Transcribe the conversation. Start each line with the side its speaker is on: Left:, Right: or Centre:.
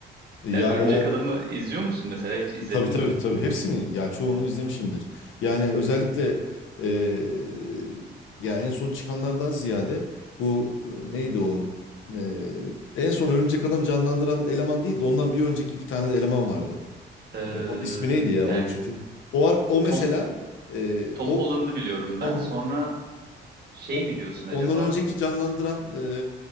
Left: Ya
Right: Yani Örümcek
Left: o
Right: Adam'ı izliyor musun mesela hiç izledin
Left: Tabii tabii
Right: mi?
Left: tabii hepsinin ya çoğunu izlemişimdir. Yani özellikle eee ya en son çıkanlardan ziyade bu e, neydi o? Eee, en son Örümcek Adam'ı canlandıran eleman değildi. Ondan bir önceki bir tane de eleman vardı.
Right: Ee,
Left: E, onun ismi neydi ya
Right: yani
Left: o çocuğun? O ar- o mesela
Right: Tom
Left: e,
Right: Tom
Left: o
Right: Holland'ı biliyorum
Left: Tom,
Right: ben. Sonra şey
Left: o,
Right: mi diyorsun acaba?
Left: ondan önceki canlandıran e,